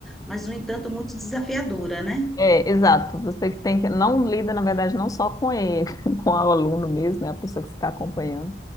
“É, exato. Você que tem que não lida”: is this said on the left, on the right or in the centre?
Left